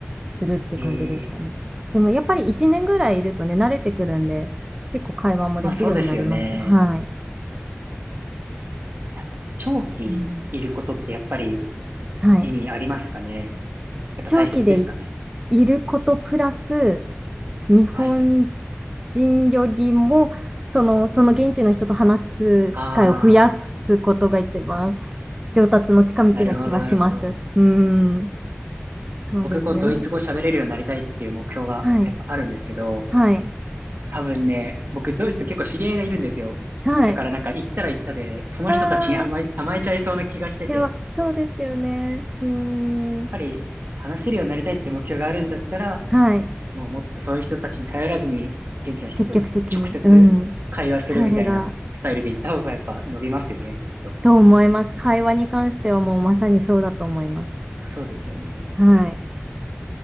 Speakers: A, on the right; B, on the right.
A: するって感じでしたね。
B: い。ええ
A: でもやっぱり1年ぐらいいるとね、慣れてくるんで、結構会話もできるようになります。
B: まあそうですよね。
A: はい。
B: あの長期いることってやっぱり
A: うん、はい。
B: 意味ありますかね。やっぱ大切ですかね。
A: 長期でいいることプラス、日本
B: はいはい。
A: 人よりも、その、その現地の人と話す機会を増やすことが一番
B: ああ、
A: 上達の近道な気はします。
B: なるほどなるほど。
A: うん。そうですね。
B: 僕こうドイツ語喋れるようになりたいっていう目標がやっぱあるんですけど、
A: はい。はい。
B: 多分ね、僕ドイツ結構知り合いがいるんですよ。
A: はい。
B: だからなんか行ったら行ったで、その人たちに甘え、
A: ああ、
B: 甘えちゃいそうな気がしてて、
A: いや、そうですよね。うん。
B: やっぱり話せるようになりたいって目標があるんだったら、
A: はい。
B: もうもっとそういう人たちに頼らずに、現地の人と直接会話するみたいなスタイルで行った方がやっぱ伸びますよね、
A: 積極的に。うん。それが、
B: きっと。
A: どう思います会話に関してはもうまさにそうだと思います。
B: そうですよね。
A: はい。